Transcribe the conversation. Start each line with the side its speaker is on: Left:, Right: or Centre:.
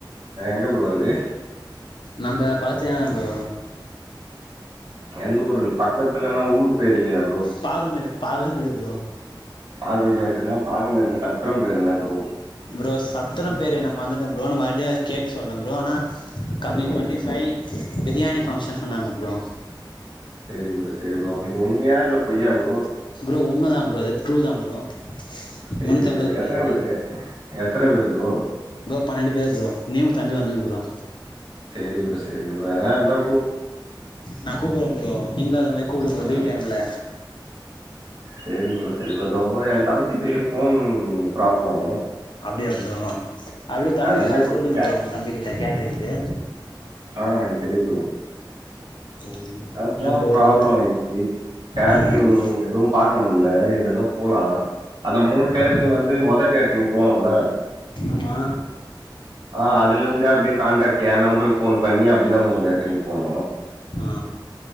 Right: என்ன ப்ரோ அது
Left: நம்ம பாத்தினா ப்ரோ
Right: எந்த ஊரு பக்கத்துலன்னா ஊர் பேரியில்லையா
Left: பாகண்மேடு பாகண்மேடு ப்ரோ
Right: பாகல் மாினா பாக மாினா சத்ரோ பேரு என்ன ப்ரோ
Left: ப்ரோ சத்தர பேரு என்ன நா வந்து மறதுட்ட ப்ரோ நம் மறுபடியு கேட்டு சொல்ற ப்ரோ ஆனா coming twenty five biryani function சொன்னாங்க ப்ரோ
Right: சேரி ப்ரோ சரி ப்ரோ இது உண்மையா இல்ல பொய்யா ப்ரோ
Left: ப்ரோ உண்மதா ப்ரோ ட்ரூ தா ப்ரோ
Right: சரி
Left: முன்னூத்தி ஐம்பது
Right: ப்ரோ எத்தன
Left: அதுக்கு
Right: பேரு எத்தன பேர் ப்ரோ
Left: ப்ரோ பன்னெண்டு பேரு ப்ரோ நீயு ஒ தம்பி வந்துங்க ப்ரோ
Right: சரி ப்ரோ சரி ப்ரோ எதனா எந்தா
Left: நா கூப்பட்ற ப்ரோ நீங்களு அத மாரி கூப்டுங்க ப்ரோ
Right: ஆ
Left: லீவ் டைம்ல
Right: சரி ப்ரோ ப்ரோ தோ எ தம்பி பைய ஃபோன் ப்ராப்ளம்
Left: அப்டியா ப்ரோ அப்டியே தம்பி
Right: அதனால
Left: <unintelligible>
Right: இப்ப
Left: சொல்றீங்க
Right: கே
Left: ப்ரோ உங்க தம்பி கிட்ட கேட்ரிங்கு
Right: ஆ சரி ப்ரோ
Left: ம்
Right: அ ஃபோன்
Left: என்ன ப்ரோ
Right: பிராப்ளம்
Left: லெவல்
Right: ஆயிர்ச்சி கேட்ரிங்
Left: ம்
Right: எதுவு பாக்க முல்ல இல்லன்னா போலா அந்த மூணு கேட்ரிங்
Left: ஆ
Right: வந்து மொத கேட்ரிங் போனோல்ல
Left: ஆமா
Right: ஆ அதுல இருந்தே அப்டே காண்டக்ட் எ நம்பருக்கு ஃபோன் பண்ணி அப்டிதா மூணு கேட்ரிங் போனோ
Left: ஆ